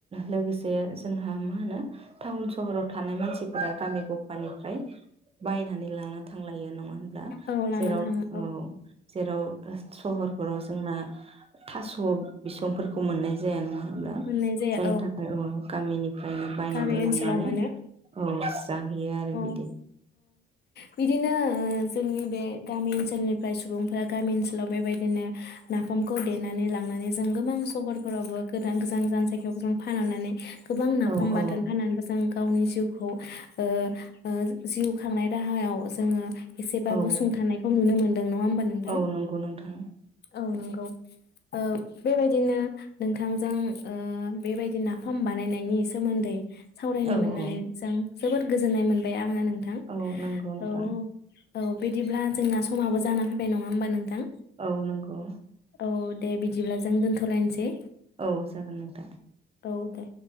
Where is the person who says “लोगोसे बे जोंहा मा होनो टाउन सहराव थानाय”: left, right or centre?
Right